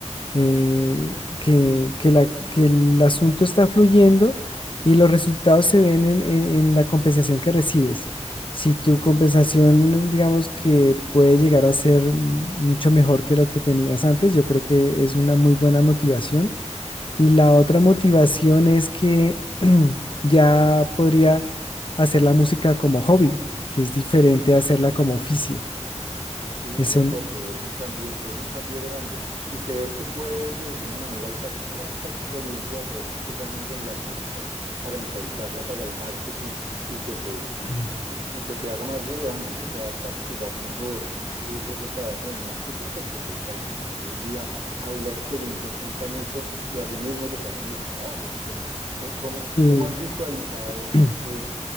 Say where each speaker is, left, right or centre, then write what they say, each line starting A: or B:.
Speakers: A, on the left; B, on the right.
A: eh, que, que la- que el asunto está fluyendo y los resultados se ven en, en- en la compensación que recibes. Si tu compensación, digamos que puede llegar a ser mucho mejor que lo que tenías antes, yo creo que es una muy buena motivación. Y la otra motivación es que <clears throat> ya podría hacer la música como hobby, que es diferente a hacerla como oficio.
B: Sí,
A: Eso,
B: de acuerdo, es un cambio, es un cambio grande. ¿Y crees que puedes de alguna manera usar toda esta experiencia de todos estos años en la música para encauzarla para el marketing y que te,
A: <clears throat>
B: y, y que te haga más relevante y que puedas facturar mejor eh, ese trabajo de marketing? Porque pues al final del día ahí la experiencia cuenta mucho y asimismo te pagan los trabajos. ¿Cómo, cómo, cómo-
A: sí.
B: cómo has visualizado
A: <clears throat>
B: eh,